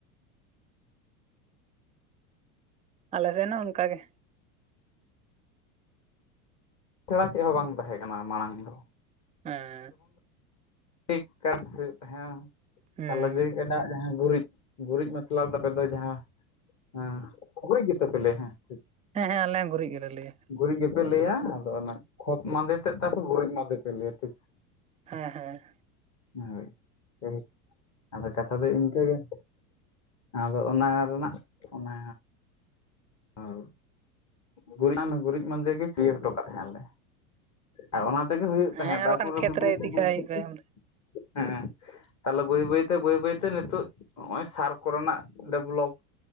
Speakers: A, on the right; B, on the left.
A: ᱟᱞᱮ ᱨᱮᱱ ᱦᱚᱸ ᱚᱱᱠᱟ ᱜᱮ᱾
B: ᱪᱷᱟᱲᱟ ᱪᱮᱫ ᱦᱚᱸ ᱵᱟᱝ ᱛᱟᱦᱮᱸ ᱠᱟᱱᱟ ᱢᱟᱬᱟᱝ ᱫᱚ᱾
A: ᱮᱸᱜᱼᱼ
B: ᱴᱤᱠ ᱠᱟᱴᱥ ᱦᱩᱭᱩᱜ ᱛᱟᱦᱮᱸᱜ-ᱟ
A: ᱦᱮᱸ
B: ᱛᱟᱦᱟᱞᱮ‌ ᱜᱟᱹᱭ‌ ᱠᱟᱰ᱾ ᱮᱴᱟᱜ ᱡᱟᱦᱟᱸ ᱜᱩᱨᱤᱡ ᱜᱩᱨᱤᱡ ᱢᱚᱛᱞᱚᱵᱽ ᱫᱚ ᱟᱯᱮ ᱫᱚ ᱡᱟᱦᱟᱸᱼᱼ ᱦᱟᱸ ᱜᱩᱨᱤᱡ ᱜᱮᱛᱚ ᱯᱮ ᱞᱟᱹᱭᱟ ᱦᱮᱸ ᱪᱤᱫ᱾
A: ᱦᱮᱸ ᱦᱮ ᱟᱞᱮ ᱦᱚᱸ ᱜᱩᱨᱤᱡ ᱜᱮᱞᱮ ᱞᱟᱹᱭᱟ᱾
B: ᱜᱩᱨᱤᱡ ᱜᱮᱯᱮ ᱞᱟᱹᱭᱟ ᱟᱫᱚ ᱚᱱᱟ ᱠᱷᱚᱛ ᱢᱟᱸᱫᱮ ᱛᱮᱫ ᱛᱟᱯᱮ ᱜᱩᱨᱤᱡ ᱢᱟ ᱫᱤᱯᱤᱞ ᱠᱟᱛᱮ
A: ᱦᱮᱸ ᱦᱮᱸ᱾
B: ᱦᱳᱭ ‌ <unintelligible> ᱟᱫᱚ ᱠᱟᱛᱷᱟ ᱫᱚ ᱤᱱᱠᱟᱹ ᱜᱮᱼᱼ ᱟᱫᱚ ᱚᱱᱟ ᱨᱮᱱᱟᱜ ᱚᱱᱟᱼᱼ ᱚᱣ ᱜᱩ ᱜᱩᱨᱤᱡ ᱢᱟᱸᱫᱮ ᱜᱮ ᱪᱤᱭᱟᱹ ᱦᱚᱴᱚ ᱠᱟᱜ ᱛᱟᱦᱮᱸᱜ ᱟᱞᱮ᱾ ᱟᱨ ᱚᱱᱟ ᱛᱮᱜᱮ ᱦᱩᱭᱩᱜ
A: ᱦᱮᱸ
B: ᱛᱟᱦᱮᱸᱫ
A: ᱟᱨ
B: ᱛᱟᱨᱯᱚᱨᱮ
A: ᱵᱟᱠᱷᱟᱱ ᱠᱷᱮᱛ
B: ᱵᱟᱹᱭ ᱵᱟᱹᱭ
A: ᱨᱮ ᱤᱫᱤ
B: ᱛᱮ
A: ᱠᱟᱜ ᱦᱩᱭᱩᱜ ᱠᱷᱟᱡ ᱦᱮᱸ
B: <unintelligible> ᱦᱮᱸ᱾ ᱛᱟᱦᱚᱞᱮ ᱵᱟᱹᱭ ᱵᱟᱹᱭ ᱛᱮ ᱵᱟᱹᱭ ᱵᱟᱹᱭ ᱛᱮ ᱱᱤᱛᱚᱜ ᱱᱚᱜ-ᱚᱭ ᱥᱟᱨ ᱠᱚᱨᱮ ᱱᱟᱜ ᱰᱮᱵᱽᱞᱚᱯᱼᱼ